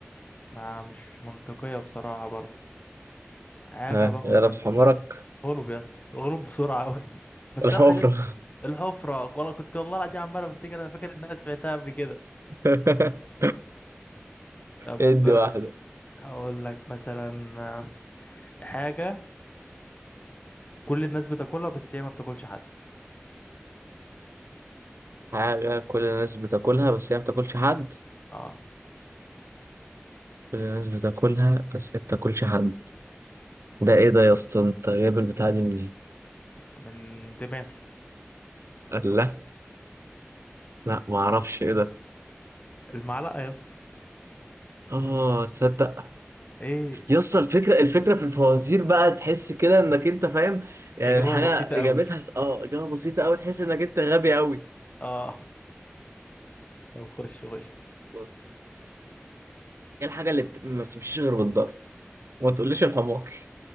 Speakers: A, on the left; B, on the right.
A: ما مش منطقية بصراحة برضو حاجة
B: ها
A: باخد
B: غرف
A: من
B: حمرك
A: غلب يس غلب بسرعة أوي <laughs> بس
B: الحفرة
A: أنا حاسس الحفرة والله كنت والله العظيم عمال بفتكر أنا فاكر إن أنا سمعتها قبل كده
B: <laughs>
A: طب
B: ادي واحدة
A: أقول لك مثلا آه، حاجة كل الناس بتاكلها بس هي ما بتاكلش حد
B: حاجة كل الناس بتاكلها بس هي ما بتاكلش حد
A: اه
B: كل الناس بتاكلها بس هي ما بتاكلش حد ده ايه ده يا اسطى انت جايب البتاعه دي منين
A: من دماغي
B: قال لا لا ما اعرفش ايه ده
A: المعلقة يا اسطى
B: اه تصدق
A: ايه
B: يا اسطى الفكره الفكره في الفوازير بقى تحس كده انك انت فاهم يعني
A: إجابة
B: الحاجه
A: بسيطة
B: اجابتها
A: أوي
B: اه اجابه بسيطه قوي تحس انك انت غبي قوي
A: اه <laughs> طب خش خش
B: بص ايه الحاجه اللي بت... ما بتمشيش غير بالضرب وما تقوليش الحمار